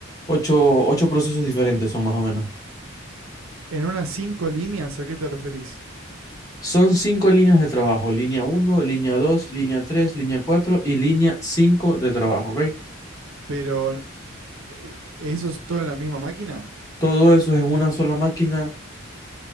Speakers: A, on the left; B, on the right.
A: ocho, ocho procesos diferentes, son más o menos.
B: En unas cinco líneas, ¿a qué te referís?
A: Son cinco líneas de trabajo, línea uno línea dos línea tres línea cuatro y línea cinco de trabajo, ¿ok?
B: Pero, eh, ¿eso es todo en la misma máquina?
A: Todo eso es en una sola máquina